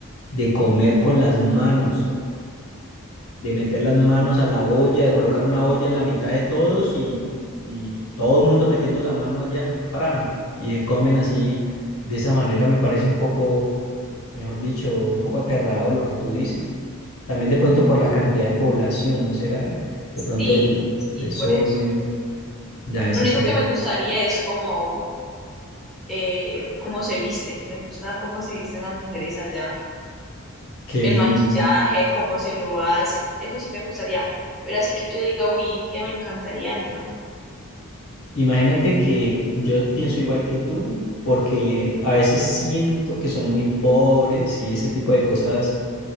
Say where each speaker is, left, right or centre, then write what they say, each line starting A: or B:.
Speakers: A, on the left (about 85°); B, in the centre.
A: de comer con las manos, de meter las manos a la olla, de colocar una olla en la mitad de todos y, y todo el mundo metiendo la mano allá, para, y se comen así, de esa manera me parece un poco, mejor dicho, un poco aterrador lo que tú dices. También de pronto por la cantidad de población, ¿no será? De pronto
B: Sí,
A: el
B: sí,
A: desorden,
B: por eso.
A: ya a veces
B: Lo único
A: se...
B: que me gustaría es como, eh, cómo se visten. Me gusta cómo se visten las mujeres allá.
A: Qué
B: El
A: lindo.
B: maquillaje, cómo se lo hacen. Eso sí me gustaría. Pero así que yo diga, uy, India me encantaría, no.
A: Imagínate que yo pienso igual que tú, porque a veces siento que son muy pobres y ese tipo de cosas